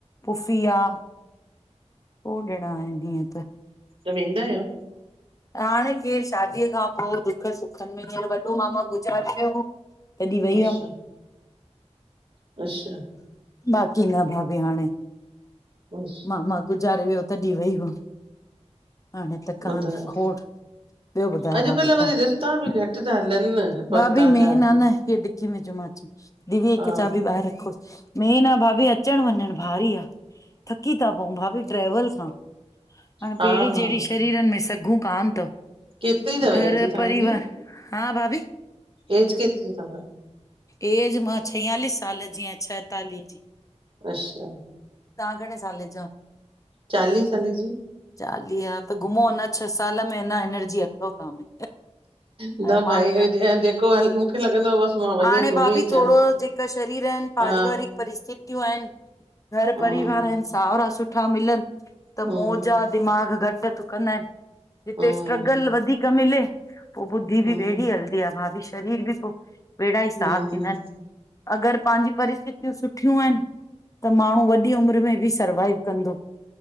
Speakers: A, on the left; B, on the right.
A: फुफी आ, खोड़ ॼणा आहिनि जींअं त।
B: त वेंदा आहियो?
A: हाणे केरु, शादीअ खां पोइ दुख- सुखनि में, हींअर वॾो मामा गुज़ारे वियो हो। तॾहिं वई
B: अच्छा
A: हुयमि।
B: अच्छा।
A: बाक़ी न, भाभी हाणे
B: अच्छा
A: मामा। गुज़ारे वियो, तॾहिं वई हुअम, हाणे त कान
B: ॿुधायो
A: खोड़। ॿियो ॿुधायो
B: अॼुकल्ह
A: भाभी तव्हां,
B: वरी रिश्ता बि घटि था हलनि न
A: भाभी
B: परतां
A: मेन
B: जा
A: आहे न हे डिकी मिंजमांन। <unintelligible> दीदी हिक
B: हा
A: चाॿी ॿाहिर रखोस्। मेन आहे भाभी अचणु- वञणु भारी आह, थकी था पऊं भाभी ट्रेवल सां। हाणे
B: हा
A: पेरीं
B: हा
A: जहिड़ी शरीरनि में सघूं कान थव,
B: केतिरी अथव
A: घर-
B: एज तव्हांजी
A: परिवार हा भाभी।
B: एज केतिरी‌ थव?
A: एज मां छियालीस् साल जी आहियां। छहतालीह जी।
B: अशा।
A: तहां घणे साले जा?
B: चालीहे साले जी।
A: चालीह, त घुमों अञां छह साल में अंञां एनर्जी अथव तहां में।
B: न
A: ऐं मां
B: भाई
A: त,
B: ऐं जेको हल मूंखे लॻंदो आहे बसि मां वञी
A: हाणें
B: घुमी
A: भाभी
B: अचां
A: थोड़ो जेका शरीर आहिनि पारिवारिक
B: हा
A: परिस्थितियूं आहिनि, घर
B: हम्म
A: परिवार आहिनि, साहुरा सुठा मिलनि। त
B: हम्म
A: मोजा, दिमाग़ु घटि त डुकंदा हिनि, जिते
B: हम्म
A: स्ट्रगल वधीक मिले। पो ॿुदधी बि
B: हम्म
A: वेड़ी हलदी आ भाभी, शरीर बि पो वेड़ा ई साथ
B: हम्म
A: ॾीदा हिनि। अगरि पांजी परिस्थितियूं सुठियूं आहिनि त माण्हूं वॾी उमिरि में बि सर्वाइव कंदो।